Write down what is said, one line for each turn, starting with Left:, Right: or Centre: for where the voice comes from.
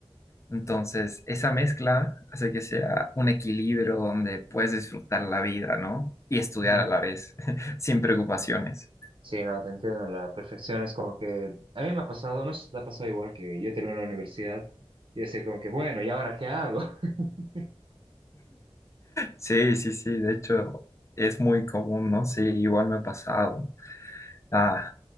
Left: Entonces, esa mezcla hace que sea un equilibrio donde puedes disfrutar la vida, ¿no? Y estudiar
Right: Mm,
Left: a la vez, <laughs> sin preocupaciones.
Right: Sí, no, te entiendo. La perfección es como que a mí me ha pasado, no sé si te ha pasado igual que yo terminé la universidad y decir como que, bueno, ¿y ahora qué hago? <laughs>
Left: Sí, sí, sí, de hecho es muy común, ¿no? Sí, igual me ha pasado. Ah,